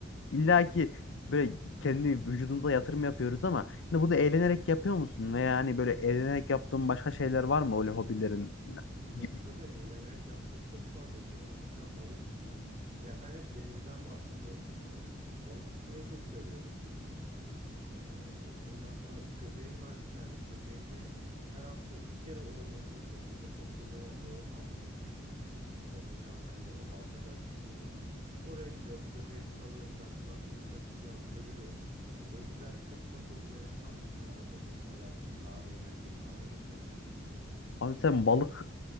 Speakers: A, on the left (about 65°); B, on the right (about 40°).
A: illaki böyle kendi vücudumuza yatırım yapıyoruz ama hani bunu eğlenerek yapıyor musun? Veya hani böyle eğlenerek yaptığın başka şeyler var mı öyle hobilerin?
B: Tabii
A: Gibi.
B: tabii eğlenerek yaptığım çok fazla şey var. Mesela balık tutmak. Yani ben hep denizden bahsediyorum sana. Balık tutmayı çok seviyorum. Ee, ondan sonra köpeğim var bir tane. Köpeğimi her hafta iki kere ormana götürüyorum. Burada çok kocaman bir orman var. Ee, insanların da böyle halka da açık bir orman. Oraya gidiyorum köpeğimi salıyorum ben kulaklığımı takıp yanında yürüyorum. Böyle güzel ufak ufak hobilerim var mesela öyle hayatımı daha eğlenceli hale getirebilecek.
A: Abi sen balık